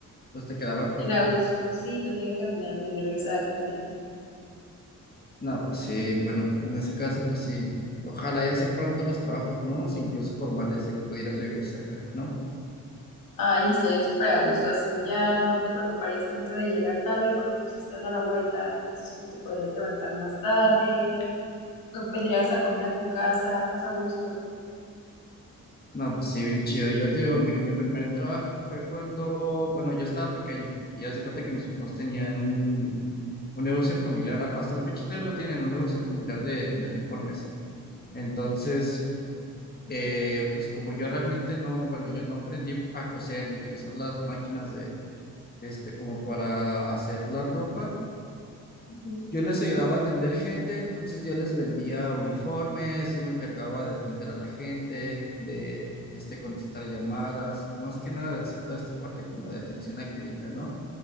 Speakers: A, on the left; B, on the left.
A: pues te quedaban corto.
B: En agosto, sí, pues me iba caminando y me regresaba caminando.
A: No, pues sí, bueno, en ese caso, pues sí. Ojalá y así fueran todos los trabajos, ¿no? O sea, incluso formales de que pudieras vivir cerca, ¿no?
B: Ay, estaría súper a gusto, así ya no te preocuparías tanto de llegar tarde porque pues estás a la vuelta, entonces pues te podrías levantar más tarde, o vendrías a comer a tu casa más a gusto.
A: No, pues sí, bien chido. Yo te digo, mi, mi primer trabajo fue cuando, bueno, yo estaba pequeño y haz de cuenta que mis papás tenían un, un negocio familiar, a- hasta la fecha todavía lo tienen, un negocio familiar de, de uniformes. Entonces, eh, pues como yo realmente no, bueno, yo no aprendí a coser ni a utilizar las máquinas este, como para hacer la ropa.
B: Ujú.
A: Yo les ayudaba a atender gente, entonces yo les vendía uniformes, yo me encargaba de atender a la gente, de, este, contestar llamadas, pues más que nada de hacer toda esta parte como de atención al cliente, ¿no?